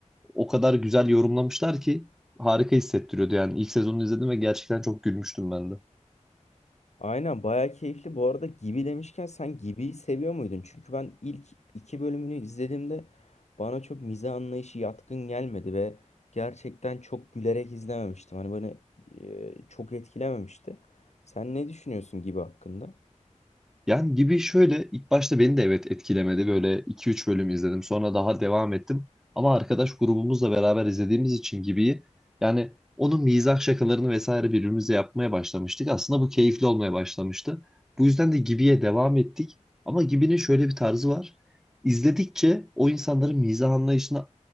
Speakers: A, in the centre; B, on the left.
A: o kadar güzel yorumlamışlar ki harika hissettiriyordu yani. İlk sezonu izledim ve gerçekten çok gülmüştüm ben de.
B: Aynen bayağı keyifli. Bu arada Gibi demişken sen Gibi'yi seviyor muydun? Çünkü ben ilk iki bölümünü izlediğimde bana çok mizah anlayışı yatkın gelmedi ve gerçekten çok gülerek izlememiştim. Hani bana e, çok etkilememişti. Sen ne düşünüyorsun Gibi hakkında?
A: Yani gibi şöyle ilk başta beni de evet etkilemedi. Böyle iki üç bölüm izledim. Sonra daha devam ettim. Ama arkadaş grubumuzla beraber izlediğimiz için gibi yani onun mizah şakalarını vesaire birbirimize yapmaya başlamıştık. Aslında bu keyifli olmaya başlamıştı. Bu yüzden de Gibi'ye devam ettik. Ama Gibi'nin şöyle bir tarzı var. İzledikçe o insanların mizah anlayışına